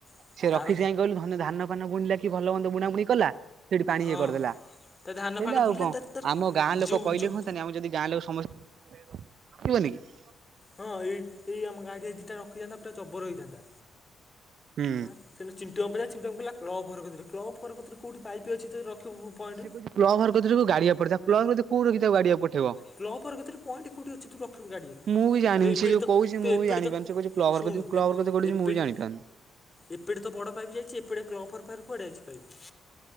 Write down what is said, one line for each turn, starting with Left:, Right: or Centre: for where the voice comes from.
Left: ଆଉ
Right: ସେ ରଖିଚି
Left: ତାର
Right: କାଇଁ କହିଲୁ ଧାନ -ଧାନ ଫାନ ବୁଣିଲା କି ଭଲ ମନ୍ଦ ବୁଣା ବୁଣି କଲା ସେଠି ପାଣି
Left: ହଁ
Right: ଇଏ କରିଦେଲା। <unintelligible>
Left: ତା ଧାନ ଫାନ
Right: ଆଉ
Left: ବୁଲିଲା
Right: କଣ
Left: ତା ତା
Right: ଆମ ଗାଁ ଲୋକ
Left: ଯୋଉ
Right: କହିଲେ
Left: ଯୋଉ
Right: ହଅନ୍ତାନି ଆମେ ଯଦି ଗାଁ ଲୋକ ସମସ୍ତେ ଆସିବ ନି କିି?
Left: ହଁ ଏଇ-ଏଇ ଆମ ଗାଡିଆରେ ଦି‌ ଟା ରଖିଥାନ୍ତା ପୁରା ଜବର ହେଇଥାନ୍ତା।
Right: ହୁଁ।
Left: ଆଁ - ସେଦିନ ଚିଣ୍ଟୁ ମାମୁଁ <unintelligible> ଚିଣ୍ଟୁ ମାମୁଁ କହିଲା କ୍ଲବ <unintelligible> କଉଠି ପାଇପି ଅଛି ଯେ ରଖିବୁ ପଏଣ୍ଟ
Right: ସେ କହୁଚି କ୍ଲବ ଘର କତିରୁ <unintelligible> ପଠେଇବ
Left: କ୍ଲବ ଘର କତିରେ ପଏଣ୍ଟ୍ କଉଠି ଅଛି ତୁ ରଖିବୁ ଗାଡିଏ
Right: ମୁଁ ବି ଜାଣିନି
Left: ତୁ ଏପଟେ
Right: ସେ ଯୋଉ
Left: ତୁ
Right: କହୁଛି ମୁଁ
Left: ଏପଟେ
Right: ବି ଜାଣିପାରୁନି
Left: ତ
Right: ସେ କହୁଛି କ୍ଲବ ଘର
Left: ଶୁଣୁ
Right: କତିରେ କ୍ଲବ
Left: ଏ
Right: ଘର କତିରେ କହୁଛି
Left: -ଏପିଡି
Right: ମୁଁ ବି ଜାଣିପାରୁନି।
Left: ଏପଟେ ତ ବଡ ପାଇପି ଯାଇଚି ଏପଟେ କ୍ଲବ୍ ଘର ପାଖେରେ କୁଆଡେ ଯାଇଚି ପାଇପି?